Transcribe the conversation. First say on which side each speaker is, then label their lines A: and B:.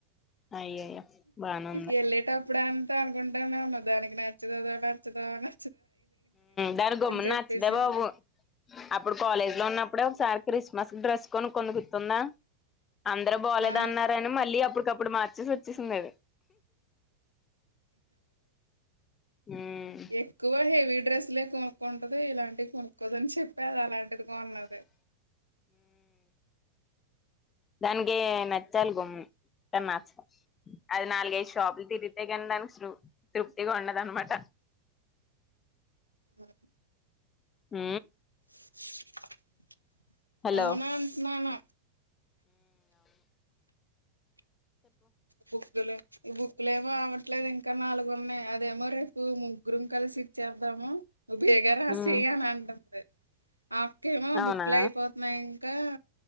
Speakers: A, on the left (about 25°); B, on the right (about 85°).
A: అయ్యయ్యో బానే ఉంది
B: వెళ్ళేటపు ఇప్పుడుంతా అనుకుంటాన్నామ దానికి నచ్చతుదో నచ్చదాో అని
A: దాని గమ్మున
B: చెప్పేసింది
A: నచ్చదా బాబు అప్పుడు కాలేజ్ లో ఉన్నప్పుడే ఒకసారి క్రిస్మస్ డ్రెస్ కొని కొందుకుతుందా అందరు బాలేద
B: ఆ
A: అన్నారని మళ్ళీ అప్పుడు అప్పుడుమార్చేసి వచ్చేసిందిది ఉమ్
B: ఎకువ హెవీ డ్రెస్లే కొనుక్కుంటదు ఇలాంటివి కొనుక్కోదు అని చెప్పి అది అలాంటి అంటన్నది
A: దానినికి నచ్చాలి గమ్ము నచ్చ అది నాలుగైదు షాపులు తిరిగితే కానీ దానికిృ తృప్తిగా ఉండదునమాట
B: ఆ
A: హ
B: <inaudible>
A: హలోను
B: అవునా అంటున్నాను బుక్కులు ఈ బుక్కులుమో అవట్లేదు ఇంకా నాలుగున్నాయి అదేమో రేపు ముగ్గురుం కలిసి ఇచ్చేద్దాము నువ్వు బేగరాసేయ
A: ఉమ్
B: అని అంటుంది అక్కేమో
A: అవునా
B: బుక్లు అయిపోతున్నాయి ఇంకా